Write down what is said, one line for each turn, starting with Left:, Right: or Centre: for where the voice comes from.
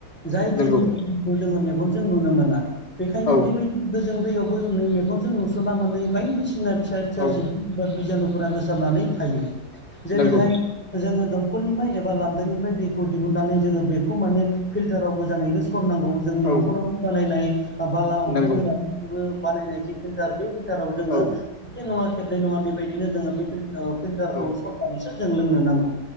Centre: जाय दैनि
Left: नंगौ
Centre: बिजानुखौ जोङो मेगनजों नुनो मोना बेखायनो
Left: औ
Centre: बेबायदि गोजों दैयावबोै मेगनजों नुस'ना मोनै बायदिसिना फिसा-फिसा
Left: औ
Centre: जिब बा बिजानुफोरा गोसारनानै थायो जेरैहाय
Left: नंगौ
Centre: जोङो दंखलनिफ्राय एबा लान्दोनिफ्राय दैखौ दिहुननानै जोङो बेखौ माने फिल्टाराव मोजाङैनो सरनांगौ जोंनि
Left: औ
Centre: न'खराव बानायनाय बाला अन्थाइ
Left: नंगौ
Centre: होनानैबो बानायनाय जि फिल्टार बे फिल्टाराव जोङो
Left: औ
Centre: खेबसे नङा खेबनै नङा बेबायदिनो जोङो बे <unintelligible> फिलथारखौ
Left: औ
Centre: सरनानैसो जों लोंनो नांगौ